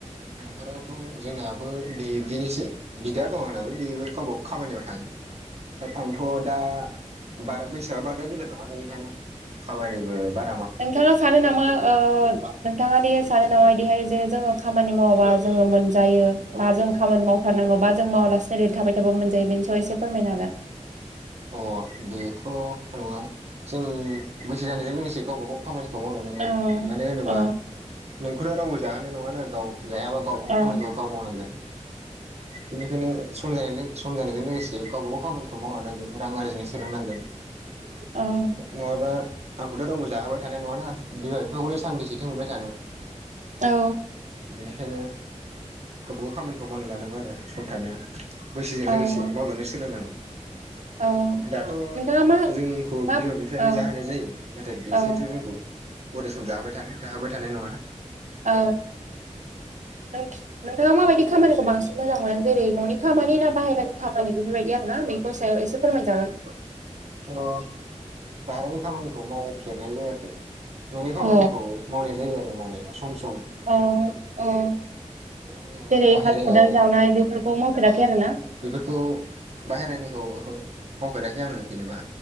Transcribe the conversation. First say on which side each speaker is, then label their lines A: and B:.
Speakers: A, on the right; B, on the right.
A: न'खरावथ' जोंनाबो बिब्दिनोसै बिदा दं आंनाबो बे गावबा खामानियाव थाङो। आंथ' दा बारा बैसोआ बांद्राय गिदिर नङा बेनिखायनो खामानिबो बा
B: नोंथाङा सानो नामा ओ नोंथाङादि सानो नामा बिदिहाय जे जोङो खामानि मावाबा जोङो मोनजायो बा जों खामानि मावथारनांगौ बा जों मावालासेनो ओरै थाबाय थाबा मोनजायो बेनि सायाव एसे फोरमायनो हागोन।
A: अ बेथ' नङा जों गोसो जानायजों लोगोसे गावब गाव खामानि मावलांनांगोन
B: औ
A: मानो होनोबा
B: औ
A: नोंखौथ' रावबो जाहोनानाय नङाना गाव जायाबा गावबागाव
B: औ
A: खामानिखौ गाव मावनांगोन। बेनिखायनो सम जानायजों लो सम जानायजों लोगोसे गावब गाव खामानिखौ मावलां नांगोन। रां आरजिनो सोलोंनांगोन
B: औ
A: नङाबा आंखौथ' रावबो जाहाबाय थानाय नङाना बिमा बिफाखौलाय सानबैसेथो मोनबाय थानो।
B: औ
A: बेनिखायनो गावबाागाव खामानिखौ मावना लानांगौ आरो सम थानायावनो। बैसोजों
B: औ
A: लोगोसे मावलांनो सोलोंनांगौ।
B: औ
A: दाथ'
B: नोंथाङा मा
A: जोंखौ
B: मा
A: बिमा बिफायानो
B: औ
A: जाहोनाय जायो नाथाय बेसोरथ'
B: औ
A: जोंखौ अराय सम जाहोबाय थानो जाहोबाय थानाय नङा ना।
B: औ नोंथाङा माबायदि खामानिखौ बांसिन मोजां मोनो जेरै न'नि खामानि ना बाहेरानि खामानि बेफोरबायदि आर ना बे दसायाव एसे फोरमायजागोन
A: थ' बाहेरानि खामानिखौ मावफेरनाय जायाखै न'नि खामानिखौ
B: अ
A: मावनाय जायो आरो मावनाया सम सम
B: ओ औ
A: आङो
B: जेरै
A: बाहेरायाव
B: हाल खदाल जावनाय बेफोरखौ मावफेराखै आरो ना?
A: खौ बाहेरनिखौ मावफेराखै आङो जेनेबा